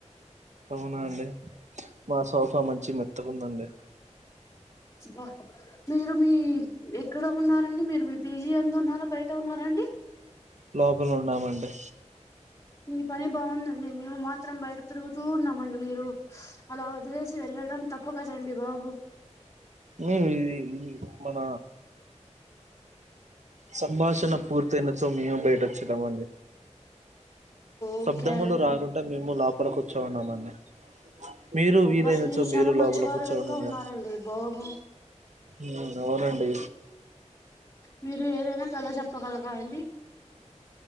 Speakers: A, on the right; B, on the left.
A: అవునా అండి మా సోఫా మంచిగ మెత్తకుందండి
B: బ్బ మీరు మీ ఎక్కడ ఉన్నారండి మీరు మీ పీజీ అందు ఉన్నారా బయట ఉన్నారా అండి
A: లోపల ఉన్నామండి
B: మీ పని బాగుందండి మేము మాత్రం బయట తిరుగుతూ ఉన్నామండి మీరు అలా వదిలేసి వెళ్ళడం తప్పు కదండి బాబు
A: మీ మన సంభాషణ పూర్తయిన చో మేము బయట వచ్చెదమండి
B: ఓకే
A: శబ్దములు
B: అండి.
A: రాకుండా మేము లోపల కూర్చోన్నామండి మీరు
B: అబ్బా
A: వీలైనచ్చో
B: చాలా
A: మీరు
B: మంచివారు
A: లోపల కూర్చోండడి
B: లెక్క ఉన్నారండి బాబు
A: ఉ అవునండి
B: మీరు ఏదైనా కథ చెప్పగలరా అండి